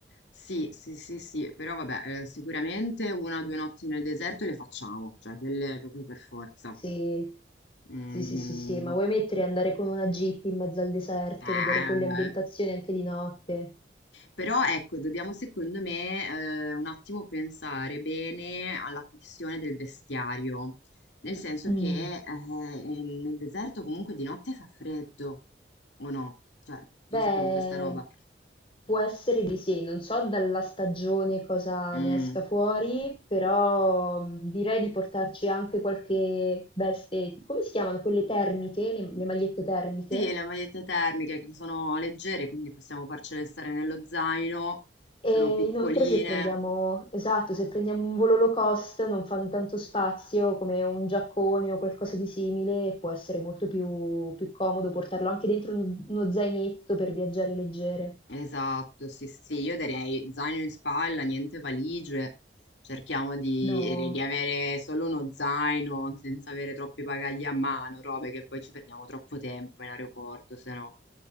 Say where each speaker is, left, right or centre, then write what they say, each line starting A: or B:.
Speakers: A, on the left (about 80°); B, on the left (about 30°).
A: Sì, sì, sì, sì, però vabbè, eh, sicuramente una o due notti nel deserto le facciamo, cioè quelle proprio per forza.
B: Sì.
A: Mm,
B: Sì, sì,
A: mm.
B: sì, sì, ma vuoi mettere e andare con una jeep in mezzo al deserto,
A: Eh,
B: vedere quelle ambientazioni anche di notte?
A: però ecco, dobbiamo secondo me eh, un attimo pensare bene alla questione del vestiario, nel senso
B: Mm.
A: che eh, nel deserto comunque di notte fa freddo, o no? Cioè,
B: Beh,
A: io sapevo questa roba.
B: può essere di sì, non so dalla stagione cosa
A: Mm.
B: ne esca fuori, però mm, direi di portarci anche qualche veste, come si chiamano quelle termiche, le, le magliette termiche?
A: Sì, le magliette termiche che sono leggere, quindi possiamo farcele stare nello zaino, sono
B: E
A: piccoline,
B: inoltre se prendiamo, esatto, se prendiamo un volo low cost non fanno tanto spazio come un giaccone o qualcosa di simile, e può essere molto più, più comodo portarlo anche dentro un- uno zainetto per viaggiare leggere.
A: Esatto, sì, sì, sì, io direi zaino in spalla, niente valigie, cerchiamo di,
B: No.
A: di- di avere solo uno zaino senza avere troppi bagagli a mano, robe che poi ci perdiamo troppo tempo in aeroporto, se no.